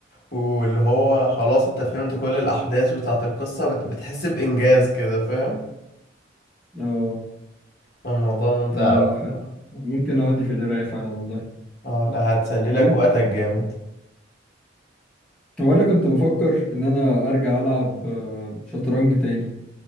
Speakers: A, on the left (about 50°); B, in the centre.
A: واللي هو خلاص انت فهمت كل الأحداث بتاعة القصة بت- بتحس بإنجاز كده فاهم
B: اه
A: فالموضوع ممتع
B: لا
A: أوي
B: لا حلو
A: بصراحة
B: ممكن اودي في القراية فعلا والله
A: اه لا هتسلي لك
B: طب انت
A: وقتك جامد
B: هو انا كنت بفكر ان انا ارجع العب آه، شطرنج تاني